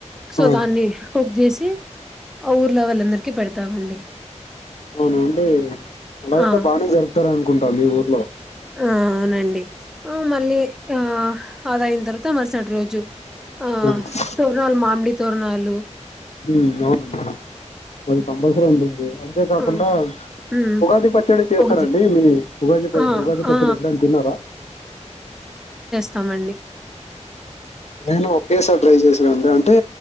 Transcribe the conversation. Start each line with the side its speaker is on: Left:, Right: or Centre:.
Centre: సో
Left: ఆ
Centre: దాన్ని కుక్ జేసి మ్ ఆ ఊర్లో వాళ్ళందరికి పెడతామండి
Left: అవునండి అలా అయితే
Centre: ఆ
Left: బాగానే పెడతారనుకుంటా మీ ఊరు బ
Centre: ఆ అవునండి ఆ మళ్ళీ ఆ అదా అయిన తర్వాత మరుసటి రోజు
Left: ఉమ్
Centre: ఆ తోరణాలు మామిడి తొరణాలు
Left: ఉ అవును మరి కంపల్సరీ ఉంటుంది అంతే కాకుండా
Centre: ఆ ఉమ్
Left: ఉగాది పచ్చడి చేస్తారండి
Centre: ఒకటి
Left: మీ ఉగాది ప
Centre: ఆ
Left: ఉగాది పచ్చడి
Centre: ఆ
Left: ఎప్పుడైనా తిన్నారా
Centre: స్తామండి
Left: నేను ఒకే సారి ట్రై చేసి రండి అంటే